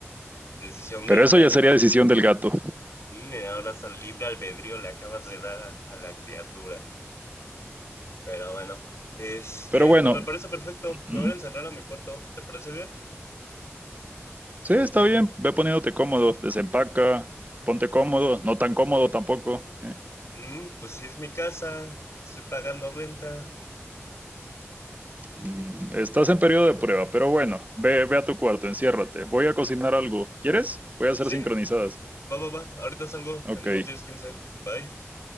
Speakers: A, on the left; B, on the right.
A: decisión del
B: Pero eso
A: gato.
B: ya sería decisión del gato.
A: Mm, Mira, ahora hasta libre albedrío le acabas de dar a, a la criatura. Pero bueno. Este,
B: Pero bueno,
A: pues me parece perfecto. Me
B: ¿mm?
A: voy a encerrar a mi cuarto. ¿Te parece bien?
B: sí, está bien. Ve poniéndote cómodo, desempaca, ponte cómodo, no tan cómodo tampoco, ¿eh?
A: Mm, pues sí, es mi casa. Estoy pagando renta.
B: Mm, Estás en periodo de prueba, pero bueno, ve, ve a tu cuarto, enciérrate. Voy a cocinar algo. ¿Quieres? Voy a hacer
A: Sí.
B: sincronizadas.
A: Va, va, va. Ahorita salgo
B: Ok.
A: en unos 10 15. Bye.